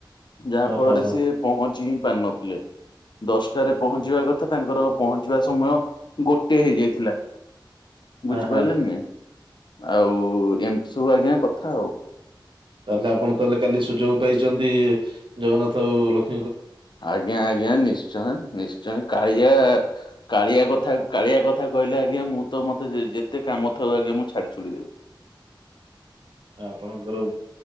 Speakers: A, on the left; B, on the right.
A: ଯାହା
B: ଓହୋ
A: ଫଳରେ
B: ହୋ
A: ସେ ପହଞ୍ଚି ପାରି ନଥିଲେ ଦଶଟାରେ ପହଞ୍ଚିବା କଥା ତାଙ୍କର ପହଞ୍ଚିବା ସମୟ ଗୋଟେ ହେଇଯାଇ ଥିଲା ବୁଝିପାଇଲେନା
B: ଆ ହଁ
A: ନାଇ? ଆଉ ଏମିତି ସବୁ ଆଜ୍ଞା କଥା ଆଉ।
B: ତାହେଲେ ଆପଣ ତାହେଲେ କାଲି ସୁଯୋଗ ପାଇଛନ୍ତି ଜଗନ୍ନାଥ ଆଉ ଲଷ୍ମୀ
A: ଆଜ୍ଞା ଆଜ୍ଞା ନିଶ୍ଚୟ ନିଶ୍ଚୟ କାଳିଆ କାଳିଆ କଥା କାଳିଆ କଥା କହିଲେ ଆଜ୍ଞା ମୁଁ ତ ମତେ ଯେତେ କାମ ଥାଉ ଆଜ୍ଞା ମୁଁ ଛାଡି ଛୁଡିଦେବି।
B: <inaudible> ଆପଣଙ୍କର